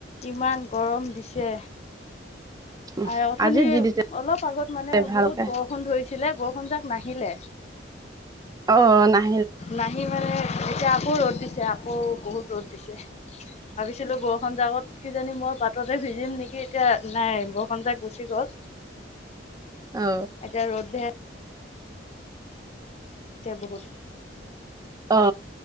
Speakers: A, on the left; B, on the right.
A: ইমান গৰম দিছে
B: উম,
A: আৰু অথনি
B: আজি দি দিছে
A: অলপ আগত মানে
B: ভালকে
A: বহুত বৰষুণ ধৰিছে ছিলে বৰষুজাক নাহিলে
B: অ নাই
A: নাহি মানে এতিয়া আকৌ ৰ'দ দিছে আকৌ বহুত ৰ'দ দিছে ভাবিছিলো বৰষুণ জাকত কিজানি মই পাততে ভিজিম নেকি এতিয়া নাই বৰষুণ জাক গুচি গ'ল
B: অ
A: এতিয়া ৰ'দ য় বহুত
B: অ